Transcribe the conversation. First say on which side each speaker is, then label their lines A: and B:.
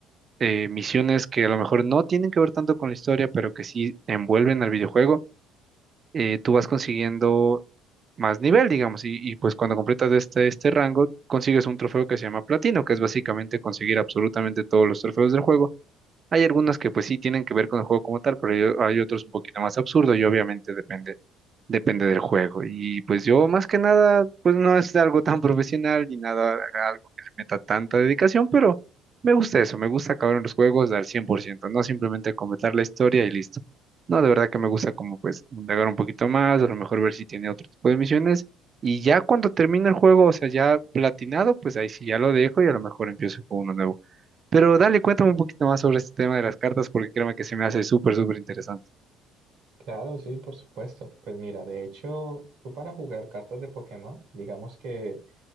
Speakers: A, on the right (about 35°); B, on the right (about 60°).
A: eh, misiones que a lo mejor no tienen que ver tanto con la historia, pero que sí envuelven al videojuego. Eh, tú vas consiguiendo más nivel, digamos, y, y, pues cuando completas este, este rango, consigues un trofeo que se llama platino, que es básicamente conseguir absolutamente todos los trofeos del juego. Hay algunos que pues sí tienen que ver con el juego como tal, pero hay, hay otros un poquito más absurdos y obviamente depende Depende del juego. Y pues yo más que nada, pues no es algo tan <laughs> profesional ni nada, algo que le meta tanta dedicación, pero me gusta eso, me gusta acabar en los juegos al cien por ciento no simplemente completar la historia y listo. No, de verdad que me gusta como pues indagar un poquito más, a lo mejor ver si tiene otro tipo de misiones. Y ya cuando termina el juego, o sea, ya platinado, pues ahí sí ya lo dejo y a lo mejor empiezo con uno nuevo. Pero dale, cuéntame un poquito más sobre este tema de las cartas, porque créeme que se me hace súper, súper interesante.
B: Claro, sí, por supuesto. Pues mira, de hecho, tú para jugar cartas de Pokémon, digamos que